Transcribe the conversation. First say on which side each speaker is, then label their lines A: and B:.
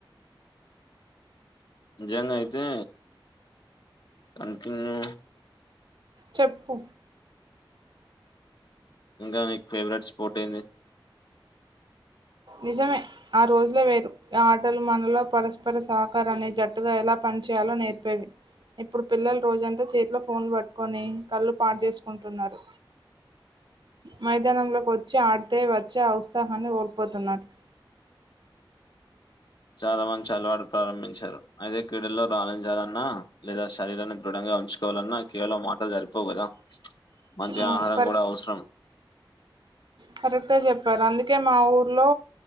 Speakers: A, on the left; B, on the right.
A: జంన్ అయితే కంటిన్యూ
B: చెప్పు
A: ఇంకా నీకు ఫేవరెట్ స్పోర్ట్ ఏంది
B: నిజమే ఆ రోజులో వేరు ఆటలు మనలో పరస్పర సహకారాన్ని జట్టుగా ఎలా ప చేయాల నేర్పేవి ఇప్పుడు పిల్లలు రోజంతా చేతిలో ఫోన్లు పట్టుకొని కళ్ళు పాడు చేసుకుంటున్నారు మైదానంలోకి వచ్చి ఆడితే వచ్చే ఉత్సాహాన్ని పొతున్నాడు
A: చాలా మంచి అలవాటు ప్రారంభించారు అయితే క్రీడల్లో రాణింజాలన్నా లేదా శరీరాన్ని దృఢంగా ఉంచు ఎవాలన్నా కేవలం మాటలు సరిపోవు కదా మంచి
B: అవును
A: ఆహారం కూడా అవసరం
B: కరెక్ట్గా చెప్పారు అందుకే మా ఊర్లో